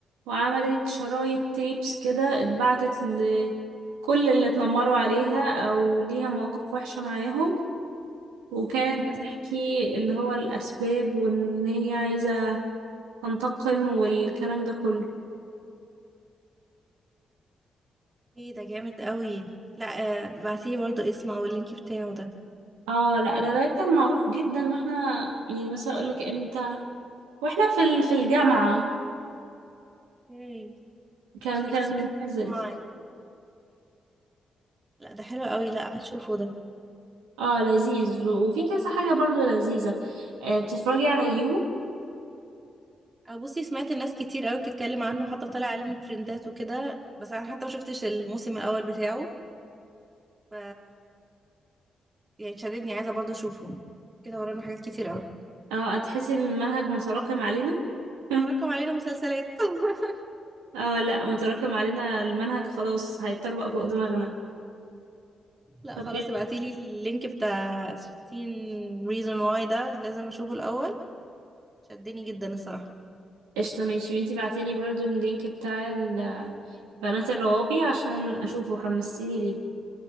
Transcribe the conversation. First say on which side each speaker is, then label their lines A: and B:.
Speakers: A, on the right; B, on the right.
A: وعملت شرايط تيبس كده اتبعتت لكل اللي اتنمروا عليها أو ليها مواقف وحشة معاهم وكانت
B: كده
A: بتحكي اللي هو الأسباب وإن هي عايزة تنتقم والكلام ده كله
B: ايه ده جامد قوي لا آه، بعتيلي برضه اسمه او اللينك بتاعه ده
A: اه لا ده ده كان معروف جدا واحنا يعني مثلا اقولك امتى واحنا في ال- في الجامعة
B: ايه
A: كان
B: شفتيه
A: كان نازل
B: معايا. لا ده حلو قوي لا هشوفه ده
A: اه لذيذ وفي كذا حاجة برضو لذيذة آه بتتفرجي على يو
B: آه، بصي سمعت الناس كتير قوي بتتكلم عنه حتى طلع علم ترندات وكده بس انا حتى ما شفتش الموسم الاول بتاعه ف يعني شددني عايزه برضه اشوفه كده ورانا حاجات كتير قوي
A: اه هتحسي ان المنهج متراكم علينا <laughs>
B: تراكم علينا مسلسلات <laughs>
A: اه لا متراكم علينا المنهج خلاص هيتطبق فوق دماغنا
B: لا
A: طب
B: خلاص
A: إيه؟
B: ابعتيلي اللينك بتاع 16 reason why ده لازم اشوفه الاول شدني جدا الصراحه
A: قشطة ماشي وانتي بعتيلي برضو اللينك بتاع ال- بنات الروابي عشان اشوفه حمستيني ليه